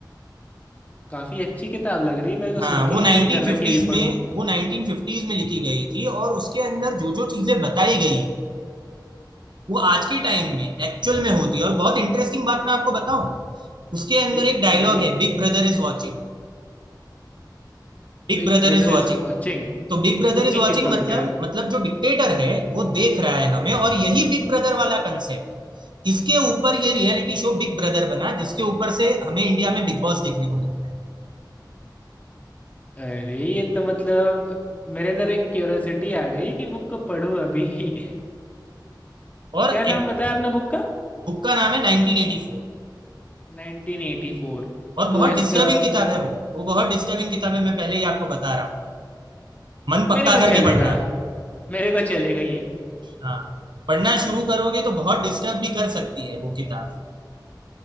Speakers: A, on the left; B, on the right.
A: काफी अच्छी किताब लग रही है मेरे को
B: हाँ
A: सुन
B: वो
A: के ही
B: 1950s
A: मन कर रहा है कि अभी
B: में
A: पढूं
B: वो 1950s में लिखी गई थी और उसके अंदर जो जो चीजें बताई गई है वो आज के टाइम में एक्चुअल में होती है और बहुत इंटरेस्टिंग बात मैं आपको बताऊं उसके अंदर
A: जी
B: एक डायलॉग
A: बताइए
B: है Big Brother is watching Big
A: Big
B: Brother
A: brother
B: is watching
A: is watching
B: तो बिग ब्रदर
A: ये
B: इज
A: किस
B: वॉचिंग
A: चीज को
B: मतलब
A: लेके है
B: मतलब जो डिक्टेटर है वो देख रहा है हमें और यही बिग ब्रदर वाला कंसेप्ट इसके ऊपर ये रियलिटी शो बिग ब्रदर बना जिसके ऊपर से हमें इंडिया में बिग बॉस देखने को मिलता है
A: अरे ये तो मतलब मेरे अंदर एक क्यूरियोसिटी आ गई कि बुक को पढूं अभी <laughs>
B: और
A: क्या
B: एक
A: नाम बताया आपने बुक का
B: बुक का नाम है 1984
A: 1984
B: और
A: तो
B: बहुत
A: इसका
B: डिस्टर्बिंग किताब है वो वो बहुत डिस्टर्बिंग किताब है मैं पहले ही आपको बता रहा हूँ मन पक्का
A: मेरे को
B: करके
A: चलेगा
B: पढ़ना
A: मेरे को चलेगा ये
B: हाँ पढ़ना शुरू करोगे तो बहुत डिस्टर्ब भी कर सकती है वो किताब